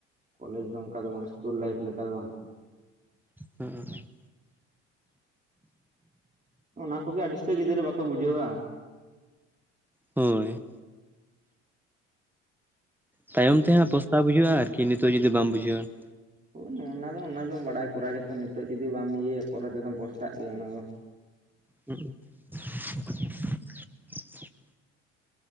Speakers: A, on the right (about 20°); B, in the centre.
A: ᱠᱚᱞᱮᱡᱽ ᱫᱚ ᱚᱱᱠᱟ ᱫᱚ ᱵᱟᱝ ᱠᱩᱞ ᱞᱟᱭᱤᱯ ᱞᱮᱠᱟ ᱫᱚ ᱵᱟᱝ
B: ᱦᱩᱸ <unintelligible>
A: ᱚᱱᱟ ᱠᱚᱜᱮ ᱟᱹᱰᱤᱥᱛᱳ ᱜᱤᱫᱽᱨᱟᱹ ᱵᱟᱠᱚ ᱵᱩᱡᱷᱟᱹᱣᱟ
B: ᱦᱳᱭ ᱛᱟᱭᱚᱢ ᱛᱮᱦᱟᱸᱜ ᱯᱚᱥᱛᱟᱵ ᱦᱩᱭᱩᱜᱼᱟ ᱟᱨᱠᱤ ᱱᱤᱛᱚᱜ ᱡᱩᱫᱤ ᱵᱟᱢ ᱵᱩᱡᱷᱟᱹᱣᱟ ᱾
A: ᱦᱳᱭ ᱚᱱᱟ ᱫᱚ ᱚᱱᱟ ᱫᱚ ᱵᱟᱰᱟᱭ ᱠᱚᱨᱟ ᱜᱮᱛᱚ ᱱᱤᱛᱚᱜ ᱡᱩᱫᱤ ᱵᱟᱢ ᱤᱭᱟᱹᱭᱟ ᱯᱚᱨᱮ ᱛᱮᱫᱚᱢ ᱯᱚᱥᱛᱟᱜ ᱜᱮᱭᱟ ᱚᱱᱟ ᱫᱚ
B: <inaudible>